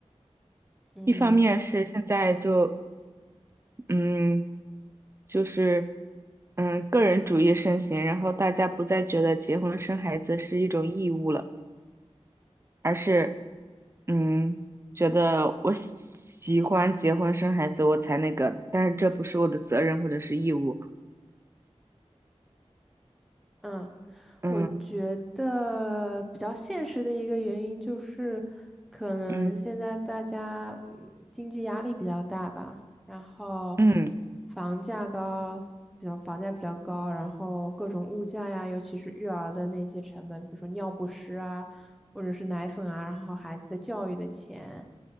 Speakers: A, in the centre; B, on the right.
A: 嗯
B: 一方面是现在就嗯，就是嗯，个人主义盛行，然后大家不再觉得结婚生孩子是一种义务了，而是嗯，觉得我喜欢结婚生孩子我才那个，但是这不是我的责任或者是义务。
A: 嗯。
B: 嗯
A: 我觉得比较现实的一个原因就是，可能现在大家嗯经济压力比较大吧，
B: 嗯
A: 然后
B: 嗯，
A: 房价高，比较房价比较高，然后各种物价呀，尤其是育儿的那些成本，比如说尿不湿啊，或者是奶粉啊，然后孩子的教育的钱。